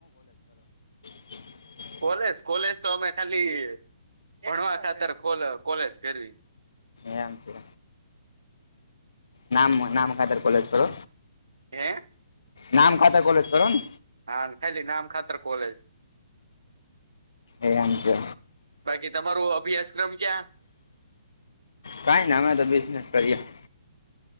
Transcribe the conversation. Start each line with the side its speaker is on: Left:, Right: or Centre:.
Left: હ
Right: કોલેજ કોલેજ તો અમે ખાલી ભણવા ખાતર કોલેજ ફેરવી.
Left: એંમ છે. નામ નામ ખાતર કોલેજ કરો.
Right: હે!
Left: નામ ખાતર કોલેજ કરોને.
Right: હ ખાલી નામ ખાતર કોલેજ.
Left: એમ છે
Right: બાકી તમારો અભ્યાસક્રમ ક્યાં?
Left: કઈ ના અમે તો બિઝનેસ કર્યા.